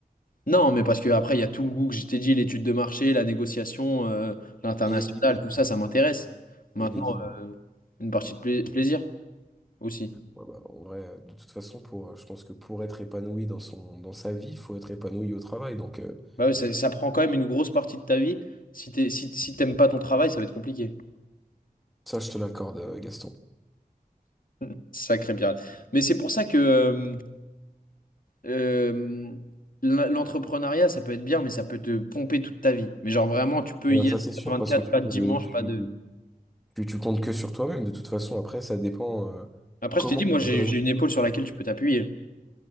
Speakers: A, on the left (about 65°); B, in the centre.
A: Non, mais parce que après, il y a tout le goût que je t'ai dit, l'étude de marché, la négociation, euh, l'international,
B: Et les dîners.
A: tout ça, ça m'intéresse. Maintenant,
B: Et les dîners.
A: euh, une partie de pla- plaisir aussi.
B: Ouais, bah, en vrai, euh, de toute façon, pour, euh, je pense que pour être épanoui dans son, dans sa vie, il faut être épanoui au travail. Donc, euh,
A: Bah ouais, ça, ça prend quand même une grosse partie de ta vie. Si t'es, si, si t'aimes pas ton travail, ça va être compliqué.
B: ça, je te l'accorde, euh, Gaston.
A: <laughs> Sacré pirate. Mais c'est pour ça que euh, euh, l'en- l'entrepreneuriat, ça peut être bien, mais ça peut te pomper toute ta vie. Mais genre vraiment, tu peux
B: Ouais,
A: y
B: ça,
A: être
B: c'est sûr,
A: 24,
B: parce que tu
A: pas
B: peux,
A: de dimanche,
B: tu,
A: pas de...
B: tu, tu comptes que sur toi-même. De toute façon, après, ça dépend, euh,
A: Après,
B: comment
A: je t'ai dit,
B: tu
A: moi, j'ai,
B: veux réussir.
A: j'ai une épaule sur laquelle tu peux t'appuyer.